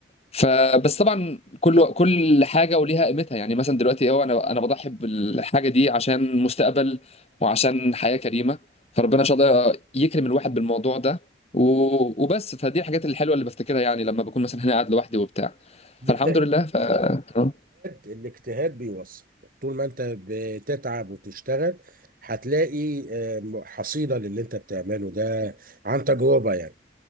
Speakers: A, on the left (about 35°); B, on the right (about 50°).
A: فبس طبعا كل كل حاجه وليها قيمتها يعني مثلا دلوقتي هو انا انا بضحي بالحاجه دي عشان مستقبل وعشان حياه كريمه فربنا ان شاء الله يكرم الواحد بالموضوع ده و- وبس فدي الحاجات الحلوه اللي بفتكرها يعني لما بكون مثلا هنا قاعد لوحدي وبتاع
B: بالاجتهاد
A: فالحمد لله ف اه
B: الاجتهاد بيوصل طول ما انت بتتعب وتشتغل هتلاقي آه، حصيلة للي انت بتعمله ده عن تجربة يعني